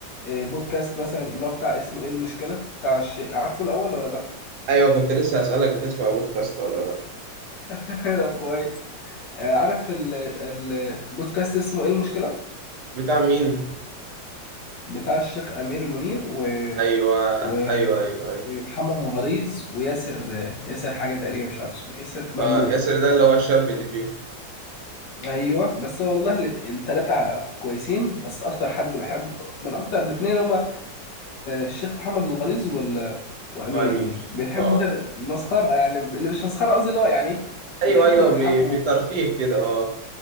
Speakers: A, on the left (about 70°); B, on the right (about 65°).
A: آه، بودكاست مثلا اللي هو بتاع اسمه إيه المشكلة بتاع الشيء عارفه الأول ولا لأ؟
B: أيوه كنت لسه هسألك بتسمع بودكاست ولا لأ
A: <laughs> طب كويس آه، عارف ال- ال- البودكاست اسمه إيه المشكلة؟
B: بتاع مين؟
A: بتاع الشيخ امير منير و...
B: ايوه
A: و...
B: ايوه ايوه ايوه
A: ومحمد الغليظ وياسر ياسر حاجه تقريبا مش عارف اسمه إيه، ياسر ممدوح
B: اه ياسر ده اللي هو الشاب اللي فيه
A: ايوه بس والله الت- التلاتة كويسين بس اكتر حد بحب من اكتر الاتنين هما آه، الشيخ محمد الغليظ وال... وامير
B: هو امير
A: منير بيحبوا
B: اه
A: كده مسخره يعني اللي مش مسخره قصدي اللي هو يعني إيه، بيحبوا
B: ايوه ايوه
A: يضحكوا
B: ب- بترفيه كده اه